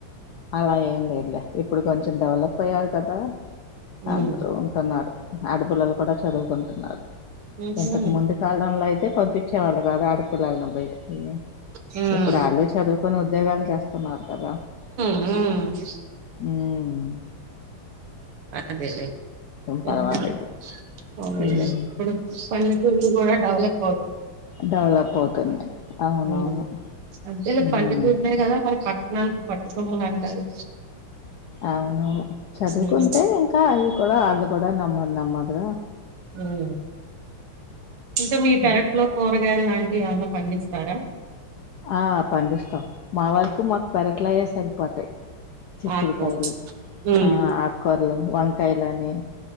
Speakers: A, on the left; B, on the right.
A: అలా ఏం లేదులే ఇప్పుడు కొంచెం డెవలప్ అయ్యారు కదా
B: హ్మ్.
A: అందురూ ఉంటన్నారు ఆడపిల్లలు కూడ చదువుకుంటున్నారు
B: హుహు.
A: ఇంతకుముందు కాలంలో అయి తె పంపించేవాళ్ళు కాదు ఆడపిల్లల్ని బయటికి మ్
B: హ్మ్.
A: ఇప్పుడు ఆళ్లు చదువుకొని ఉద్యోగాలు చేస్తున్నారు కదా
B: మ్
A: ఉవ్
B: అదేేలె
A: పర్వాలేదు
B: ఇంకా పోనిలే
A: ఉమ్
B: ఇప్పుడు పల్లెటూర్లు కూడా డెవలప్
A: డెవలప్ అవుతుంది అవునవును
B: మ్ అంటె
A: ఉమ్
B: పల్లెటూళ్ళె
A: చ-
B: కదా ఉన్నాయ్ కదా మరి పట్ ట్టనానికి పట్టుకొమ్మలు అంటారు
A: అవును చదువుకుంటే
B: ఉహు.
A: ఇంకా అయి కూడా ఆల్లు కూడా నమ్మర్ నమ్మ ఇక్కడ
B: మ్ ఇంకా మీ పెరట్లో
A: అది
B: కూరగాయలు లాంటివి ఏవనా పండిస్తారా
A: ఆ పండిస్తాం మా వరకు మాక్ పెరట్లోయ్ సరిపోతాయి చిక్కుడుకాయలు
B: ఆకుకూరలు ఉమ్
A: ఆ ఆకుకూరలు వంకాయలని